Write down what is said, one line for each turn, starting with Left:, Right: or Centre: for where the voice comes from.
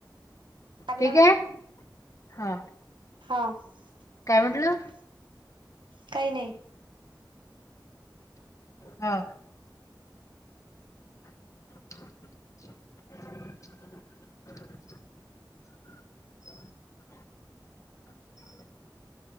Left: ठीक
Right: ला
Left: आहे हा
Right: हा <unintelligible>
Left: काय म्हटलं
Right: काही नाही.
Left: हो. <unintelligible> <unintelligible>